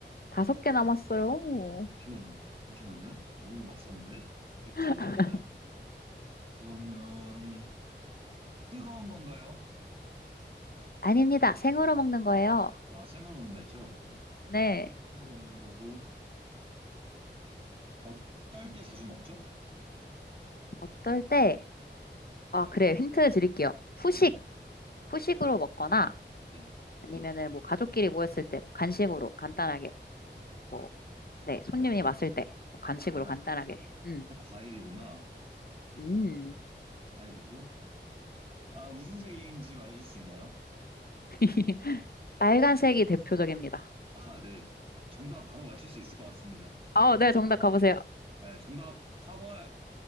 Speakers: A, on the left; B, on the right.
A: 다섯 개 남았어요.
B: 잠시만요. 잠시만요. 너무 막 썼는데? 액체도
A: <laughs>
B: 아니다. 그러면 뜨거운 건가요?
A: 아닙니다. 생으로 먹는 거예요.
B: 아, 생으로 먹는다 했죠? 그
A: 네.
B: 생으로 먹는 거고 어떨 때 자주 먹죠?
A: 어떨 때, 아, 그래. 힌트 드릴게요. 후식,
B: 네,
A: 후식으로 먹거나
B: 네.
A: 아니면은 뭐 가족끼리 모였을 때 뭐 간식으로 간단하게 뭐, 네. 손님이 왔을 때 뭐 간식으로
B: 아,
A: 간단하게.
B: 네.
A: 음.
B: 과일이구나. 오케이,
A: 음.
B: 과일이고. 아, 무슨 색인지 말해줄 수 있나요?
A: <laughs> 빨간색이 대표적입니다.
B: 아, 네. 정답 바로 맞출 수 있을 것 같습니다.
A: 어, 네, 정답 가보세요.
B: 네, 정답 사과.